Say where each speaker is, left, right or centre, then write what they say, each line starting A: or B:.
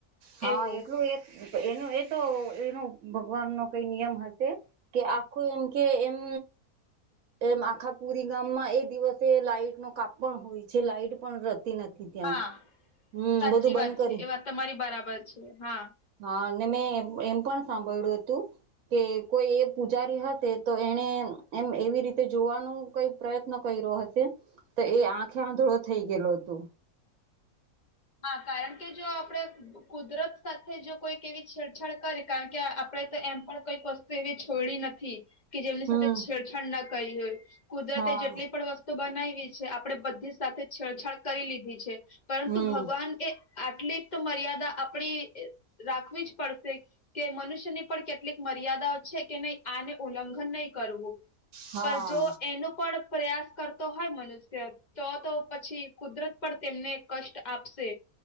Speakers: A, on the right; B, on the left.
A: હા
B: એવું
A: એટલું એ એનું એ તો એનો ભગવાનનો કઈ નિયમ હશે. કે આખું એમ કે એમ એમ આખા પુરી ગામમાં એ દિવસે લાઈટનો કાપ પણ હોય છે, લાઈટ પણ રહેતી નથી. ત્યાં
B: હા
A: હમ્મ
B: સાચી
A: બધું બંધ
B: વાત
A: કર્યુ.
B: છે એ વાત તમારી બરાબર છે હા.
A: હા અને મેં એમ પણ સાંભળ્યું હતું. કે કોઈ એ પૂજારી હશે તો એને એમ એમ એવી રીતે જોવાનું. કઈ પ્રયત્ન કર્યો હશે, તો એ આંખે આંધળો થઈ ગેલો હતો.
B: હા કારણ કે જો આપડે કુદરત સાથે જો કોઈક એવી છેડછાડ કરે કારણ કે આપડે તો એમ પણ કંઈક વસ તું એવી છોડી નથી કે જેમની
A: હમ
B: સાથે છેડછાડ ના કરી હોય, કુદરતે
A: હા
B: જેટલી પણ વસ્તુ બનાવી છે, આપડે બધી સાથે છેડછાડ કરી લીધી છે.
A: હમ
B: તો ભગવાન કે આટલી તો મર્યાદા આપડી રાખવી જ પડશે કે મનુષ્યને પણ કેટલીક મર્યાદાઓ છે કે નઈ આને ઉલ્લંઘન નઈ કરવું
A: હા
B: પર જો એનું પણ પ્રયાસ કરતો હોય મનુષ્ય તો તો પછી કુદરત પર તેમને કષ્ટ આપશે